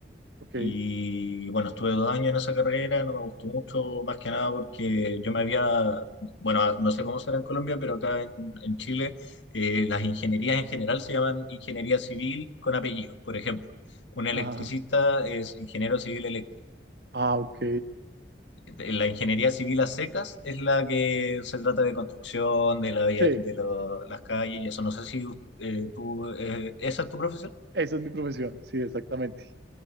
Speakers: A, on the right (about 60°); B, on the left (about 80°).
A: ok,
B: Y bueno, estuve dos años en esa carrera, no me gustó mucho, más que nada porque yo me había, bueno, ah, no sé cómo será en Colombia, pero acá en, en Chile eh, las ingenierías en general se llaman ingeniería civil con apellido. Por ejemplo, un electricista
A: ajá,
B: es ingeniero civil eléctrico.
A: ah, ok,
B: Eh, La ingeniería civil a secas es la que se trata de construcción de, la vía-
A: sí,
B: de lo- las calles y eso. No sé si eh, tú, eh, ¿esa es tu profesión?
A: esa es mi profesión, sí, exactamente.